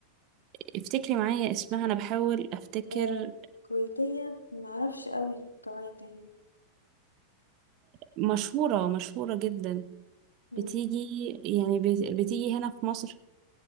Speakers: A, on the right; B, on the left.
A: افتكري معايا اسمها انا بحاول افتكر
B: آه، كويتية معرفش قوي كويت يعني
A: مشهورة مشهورة جدا
B: مم.
A: بتيجي يعني بت... بتيجي هنا في مصر